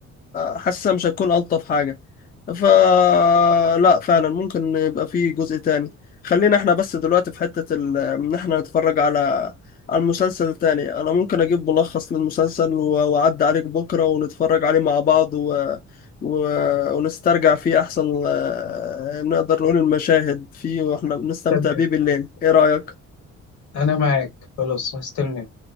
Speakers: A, on the left; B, on the left.
A: حاسة مش هتكون ألطف حاجة فلا فعلا ممكن يبقى فيه جزء تاني خلينا احنا بس دلوقتي في حتة ال... ان احنا نتفرج على على المسلسل التاني انا ممكن اجيب ملخص للمسلسل و... واعدي عليك بكرة ونتفرج عليه مع بعض و... و... ونسترجع فيه احسن آه، نقدر نقول المشاهد فيه واحنا بنستمتع
B: تمام
A: بيه بالليل ايه رأيك
B: انا معاك خلاص هستناك